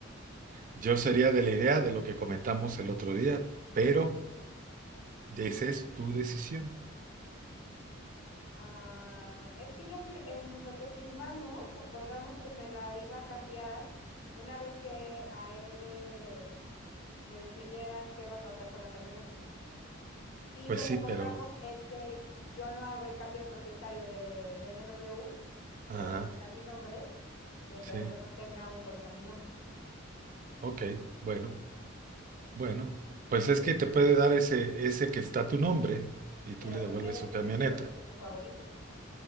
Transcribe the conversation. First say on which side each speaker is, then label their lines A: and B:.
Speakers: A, on the right; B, on the left.
A: Yo sería de la idea de lo que comentamos el otro día, pero esa es tu decisión.
B: Ah, es que ya fir- en lo que firmamos, acordamos que me la iba a cambiar una vez que a él le, le definieran qué va a pasar con la camioneta. Y
A: Pues
B: lo
A: sí,
B: que acordamos
A: pero,
B: es que yo no hago el cambio de propietario del BMW,
A: ajá,
B: que es el que está a mi nombre, mientras
A: sí,
B: yo no tenga un coche a mi nombre.
A: ok, bueno, bueno, pues es que te puede dar ese, ese que está tu nombre y tú
B: pero
A: le
B: no
A: devuelves
B: quiere
A: su
B: porque
A: camioneta.
B: ese, ese es su favorito.